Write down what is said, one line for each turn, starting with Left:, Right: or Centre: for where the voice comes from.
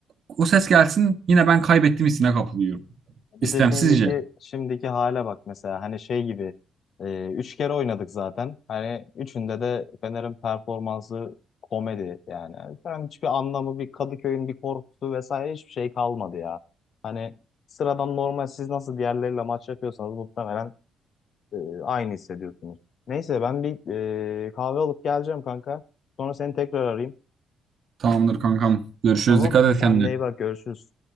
Right: o ses gelsin yine ben kaybettim hissine kapılıyorum.
Left: Bir
Right: İstemsizce.
Left: de şimdiki şimdiki hale bak mesela hani şey gibi e, üç kere oynadık zaten. Hani üçünde de Fener'in performansı komedi yani. Yani hiçbir anlamı bir Kadıköy'ün bir korkusu vesaire hiçbir şey kalmadı ya. Hani sıradan normal siz nasıl diğerleriyle maç yapıyorsanız muhtemelen e, aynı hissediyorsunuz. Neyse ben bir e, kahve alıp geleceğim kanka. Sonra seni tekrar arayayım.
Right: Tamamdır kankam. Görüşürüz.
Left: Tamam.
Right: Dikkat et
Left: Kendine
Right: kendine.
Left: iyi bak görüşürüz.